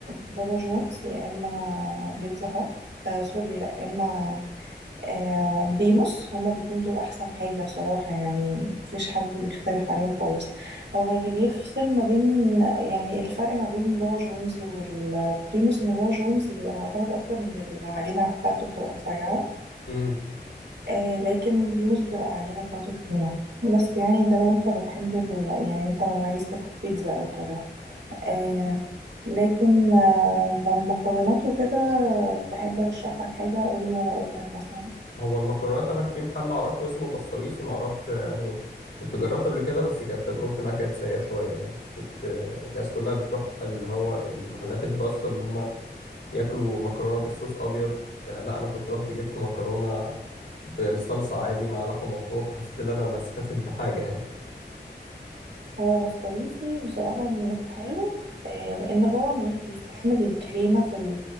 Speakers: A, on the right; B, on the left.
A: بابا جونز يا إما بيتزا هات آه سوري لا يا إما آه بريموس هما الاتنين دول أحسن حاجة بصراحة يعني مفيش حد بيختلف عليهم خالص هو اللي بيفصل ما بين يعني الفرق ما بين بابا جونز والبريموس إن بابا جونز بيبقى معتمد أكتر من العجينة بتاعته بتبقى رفيعة
B: امم
A: آه لكن بريموس بتبقى العجينة بتاعته تخينة بس يعني ده لو انت بتحب ال... يعني انت لو عايز تاكل بيتزا او كده آه، لكن آه، لو مكرونات وكده تحب ارشح لك حاجه قول لي وانا اقول لك مثلا
B: هو المكرونات انا في محل اعرفه اسمه بسطويسي معرفش يعني كنت جربته قبل كده بس كانت تجربتي معاه كانت سيئة شوية يعني كنت الناس كلها بتروح اللي هو المحلات الباستا اللي هم ياكلوا مكرونة بالصوص ابيض آه، لا انا كنت رحت جبت مكرونة بالصلصة عادي مع لحمة مفرومة فحسيت ان انا ما استفدتش بحاجة يعني
A: هو بسطويسي بصراحه مش حلو آه، لان هو مش بيستعمل الكريمه في